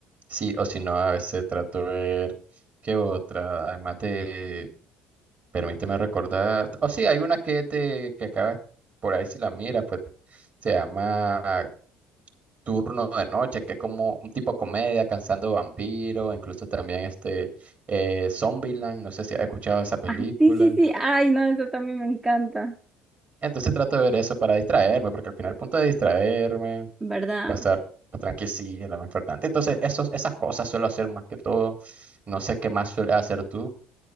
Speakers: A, on the right; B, on the right.
A: sí, o si no, a veces trato de ver qué otra, además de, permíteme recordar, o sí, hay una que es de, que acaba, por ahí si la mira, pues se llama Turno de Noche, que es como un tipo comedia, cansando vampiros, incluso también este eh, Zombieland, no sé si has escuchado esa película.
B: Ah, sí, sí, sí, ay, no, eso también me encanta,
A: Entonces trato de ver eso para distraerme, porque al final el punto de distraerme.
B: ¿verdad?
A: pasar tranqui sí es lo más importante. Entonces, esos, esas cosas suelo hacer más que todo. No sé qué más suele hacer tú,